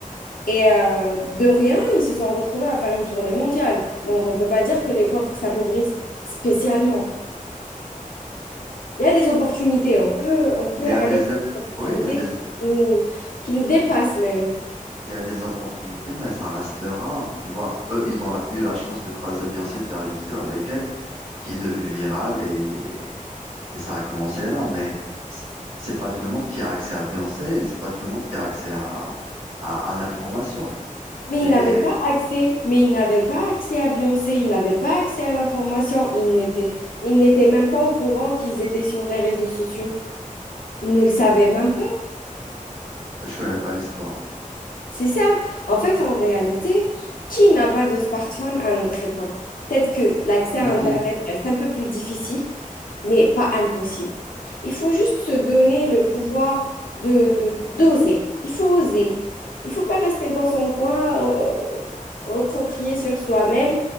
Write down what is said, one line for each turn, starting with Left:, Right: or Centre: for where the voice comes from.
Left: Et euh, de rien, ils se sont retrouvés à faire une tournée mondiale. Donc, on ne peut pas dire que les pauvres s'appauvrissent spécialement. Il y a des opportunités. On peut, on peut
Right: Il y a
Left: aller
Right: des, ép-
Left: vers des opportunités
Right: oui, il y a des,
Left: qui nous, qui nous dépassent même.
Right: il y a des opportunités, mais ça reste rare. Tu vois, eux, ils ont la- eu la chance de croiser Beyoncé, de faire une vidéo avec elle, qui est devenue virale et, et ça a commencé là. Mais c- c'est pas tout le monde qui a accès à Beyoncé, c'est pas tout le monde qui a accès à, à, à l'information.
Left: Mais
Right: Et
Left: ils n'avaient pas accès. Mais ils n'avaient pas accès à Beyoncé. Ils n'avaient pas accès à l'information. Ils n'étaient, ils n'étaient même pas au courant qu'ils étaient sur les réseaux sociaux. Ils ne le savaient même
Right: je connais pas l'histoire.
Left: C'est ça. En fait, en réalité, qui n'a pas de smartphone à notre époque? Peut-être que l'accès
Right: Beaucoup.
Left: à Internet reste un peu plus difficile, mais pas impossible. Il faut juste se donner le pouvoir de, de- d'oser. Il faut oser. Il ne faut pas rester dans son coin, euh, recroquer sur soi-même.